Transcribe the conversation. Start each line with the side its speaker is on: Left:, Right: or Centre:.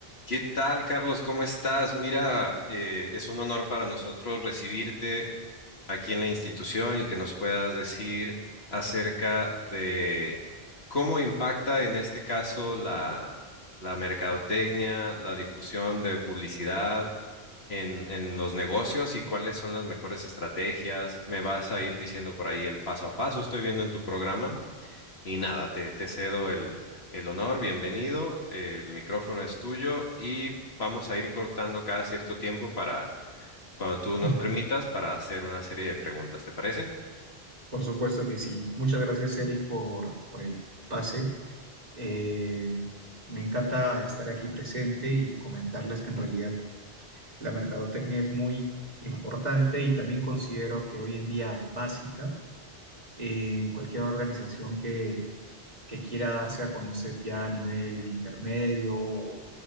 Left: ¿Qué tal, Carlos? ¿Cómo estás? Mira, eh, es un honor para nosotros recibirte aquí en la institución y que nos puedas decir acerca de cómo impacta en este caso la, la mercadotecnia, la difusión de publicidad en, en los negocios y cuáles son las mejores estrategias. Me vas a ir diciendo por ahí el paso a paso, estoy viendo en tu programa. Y nada, te, te cedo el, el honor, bienvenido, el micrófono es tuyo y vamos a ir cortando cada cierto tiempo para, cuando tú nos
Right: Ujú.
Left: permitas, para hacer una serie de preguntas, ¿te parece?
Right: Por supuesto que sí. Muchas gracias, Eric, por, por el pase. Eh, me encanta estar aquí presente y comentarles que en realidad la mercadotecnia es muy importante y también considero que hoy en día básica en cualquier organización que, que quiera darse a conocer ya a nivel intermedio o